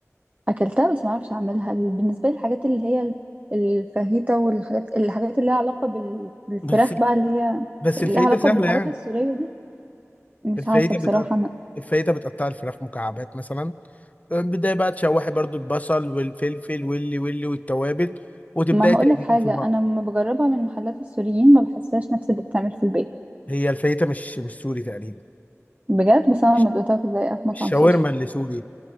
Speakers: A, on the right; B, on the left.
A: اكلتها بس ما اعرفش اعملها ال- بالنسبة للحاجات اللي هي ال- الفاهيتا والحاجات الحاجات اللي لها علاقة بال... بالفراخ
B: بس
A: بقى اللي هي
B: بس
A: اللي
B: الفاهيتا
A: لها علاقة
B: سهله
A: بالحاجات
B: يعني
A: السورية دي مش
B: الفاهيتا
A: عارفة بصراحة
B: بتقطع الفاهيتا بتقطع الفراخ مكعبات مثلا بداية بقى تشوحي برضو البصل والفلفل واللي واللي والتوابل وتبداي
A: ما هقولك
B: تقلبي
A: حاجة
B: في بعض
A: أنا لما بجربها من محلات السوريين ما بحسهاش نفس اللي بتعمل في البيت
B: هي الفاهيتا مش مش سوري تقريبا
A: بجد بس أنا
B: الش-
A: لما دقتها كنت زيها في مطعم
B: الشاورما
A: سوري
B: اللي سوري